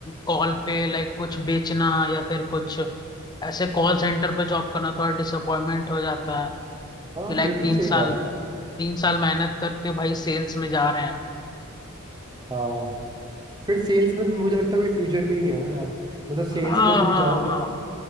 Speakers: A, on the left; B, on the right.
A: कॉल पे लाइक कुछ बेचना या फिर कुछ ऐसे कॉल सेंटर पे जॉब करना थोड़ा डिसअपॉइंटमेंट हो जाता है
B: हाँ
A: कि लाइक
B: बिल्कुल
A: तीन
B: सही
A: साल
B: बात है
A: तीन साल मेहनत करके भाई सेल्स में जा रहे हैं
B: हाँ फिर सेल्स में मुझे लगता है कोई फ्यूचर भी नहीं है ना यार मतलब सेल्स
A: हाँ
B: में तुम
A: हाँ
B: जाओ तो
A: हाँ